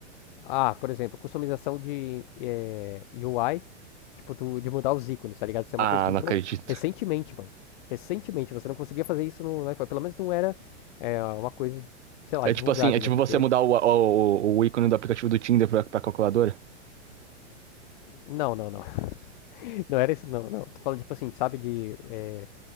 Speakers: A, on the left (about 40°); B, on the right (about 75°).
A: Ah, por exemplo, customização de eh, UI, tipo, do- de mudar os ícones, tá ligado? Isso é uma
B: Ah,
A: coisa que entrou
B: não acredito.
A: recentemente, mano. Recentemente, você não conseguia fazer isso no no iPhone. Pelo menos não era eh, uma coisa, sei lá,
B: É
A: divulgada,
B: tipo assim, é tipo
A: né? Porque.
B: você mudar o, o, o, o ícone do aplicativo do Tinder pra, pra calculadora.
A: Não, não, não. <laughs> Não era isso, não, não. Tô falando, tipo assim, sabe, de, eh,